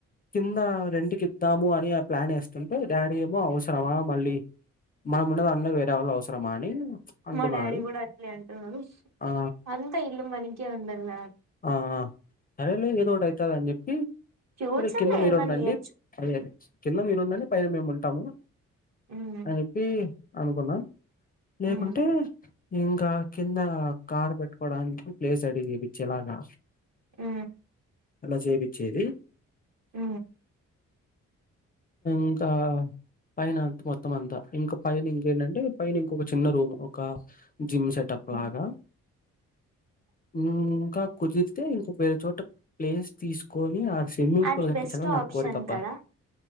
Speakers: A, on the left; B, on the right.
A: కింద రెంటుకి ఇద్దాము అని ఆ ప్లాన్ వేస్తుంటే డాడీ ఏమో అవసరమా మళ్ళీ మనం ఉన్నది అందులో వేరే వాళ్ళు అవసరమా అని అంటున్నాడు.
B: మా డాడీ కూడ అట్లే అంటున్నాడు
A: ఆ!
B: అంతా ఇల్లు మనకిే ఉండాల్ల
A: ఆ! సరేలే ఏదో ఒకటి అవుతుంద అని చెప్పి
B: ఫ్యూచర్
A: సరే కింద
B: లో
A: మీరు
B: ఏమన్నా
A: ఉండండి
B: ఇయ్యొచ్చు
A: అదే కింద మీరు ఉండండి పైన మేము ఉంటాము
B: హ్మ్
A: అని చెప్పి అనుకున్నా లేకుంటే
B: ఉమ్
A: ఇంకా కింద కార్ పెట్టుకోడానికి ప్లేస్ అడిగిపిచ్చ ఇలాగా
B: ఊ
A: అలా చేపిచ్చేది
B: ఊ
A: ఇంకా పైన అంత మొత్తం అంతా ఇంకా పైన ఇంకేంటంటే పైన ఇంకొ చిన్న రూమ్ ఒక జిమ్ సెటప్
B: ఉమ్.
A: లాగా ఇంకా కుదితే ఇంకోక వేరే చోట ప్లేస్ తీసుకొని ఆడ స్విమ్మింగ్
B: అది
A: పూల్ కట్టించాలని
B: బెస్ట్
A: నా
B: ఆప్షన్
A: కోరికబ్బా
B: కదా